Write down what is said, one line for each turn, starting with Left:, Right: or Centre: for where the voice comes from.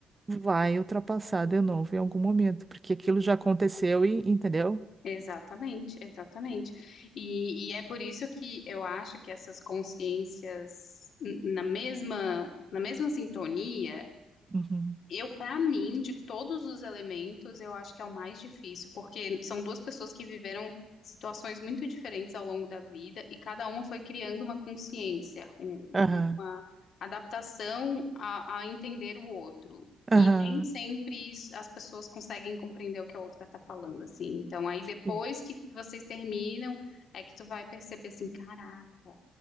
Right: vai ultrapassar de novo em algum momento, porque aquilo já aconteceu e, entendeu?
Left: Exatamente, exatamente. E, e é por isso que eu acho que essas consciências n- na mesma, na mesma sintonia
Right: Uhum.
Left: Eu, para mim, de todos os elementos, eu acho que é o mais difícil, porque são duas pessoas que viveram situações muito diferentes ao longo da vida e cada uma foi criando uma consciência, um-
Right: Aham,
Left: um- uma adaptação a, a entender o outro. E
Right: aham.
Left: nem sempre isso- as pessoas conseguem compreender o que a outra está falando, assim. Então, aí depois
Right: Sim.
Left: que vocês terminam, é que tu vai perceber assim, caraca,